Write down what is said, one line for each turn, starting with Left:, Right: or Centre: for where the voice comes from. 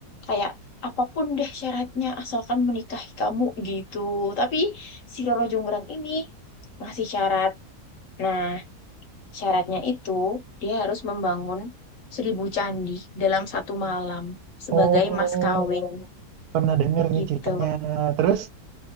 Left: kayak apapun deh syaratnya asalkan menikahi kamu gitu tapi si Roro Jonggrang ini masih syarat nah syaratnya itu dia harus membangun seribu candi dalam satu malam sebagai
Right: Oh,
Left: mas kawin
Right: pernah dengar nih
Left: gitu
Right: ceritanya. Terus?